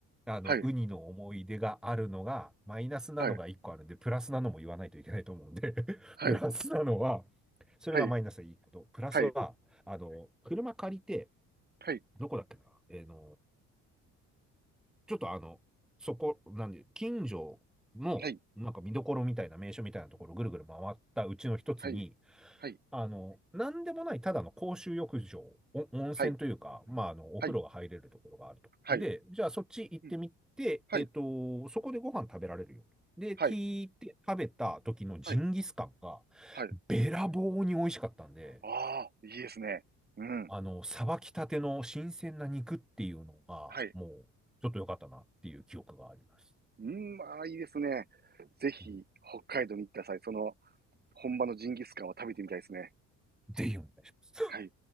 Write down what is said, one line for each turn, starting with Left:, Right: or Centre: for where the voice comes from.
Centre: あの、
Right: はい、
Centre: ウニの思い出があるのが、マイナスなのが一個あるんで、
Right: はい、
Centre: プラスなのも言わないといけないと思うんで、<laughs>
Right: はい、
Centre: プラスなのは、それがマイナスでいいこと。
Right: はい、
Centre: プラスは、
Right: はい、
Centre: あの、車借りて、
Right: はい、
Centre: どこだっけな、えーのちょっとあの、そこ、なんで、近所の、
Right: は
Centre: なんか見どころみたいな名所みたいなところをぐるぐる回ったうちの一つに、
Right: い、はい、
Centre: あの、なんでもないただの公衆浴場、お温泉というか、
Right: はい、はい、
Centre: まあ、あの、お風呂が入れるところがあると。
Right: はい、はい、
Centre: で、じゃあそっち行ってみて、
Right: うん、はい、
Centre: えっと、そこでご飯食べられるよ。で、
Right: はい、
Centre: 聞いて食べた時のジンギスカンが、
Right: はい、はい、
Centre: べらぼうに美味しかったんで、
Right: あー、いいですね。うん、
Centre: あの、さばきたての新鮮な肉っていうのが、
Right: はい、
Centre: もう、ちょっと良かったなっていう記憶があります。
Right: うん、ああいいですね。ぜひ、
Centre: うん
Right: 北海道に行った際、その、本場のジンギスカンを食べてみたいですね。
Centre: ぜひお願いします。
Right: はい。